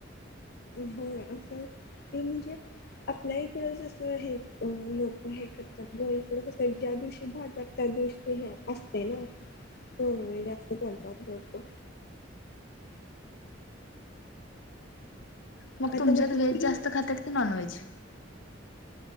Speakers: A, on the left (about 55°); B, on the left (about 80°).
A: हो असं ते म्हणजे.. आपल्या इकड जसं हे अ लोक हे करतात क इकड कस ज्या दिवशी भाजतात गोष्टी असते ना. हो जास्त करतात ग.
B: मग
A: आता
B: तुमच्यात
A: माझी
B: व्हेज
A: तीन
B: जास्त खातात की नॉनव्हेज?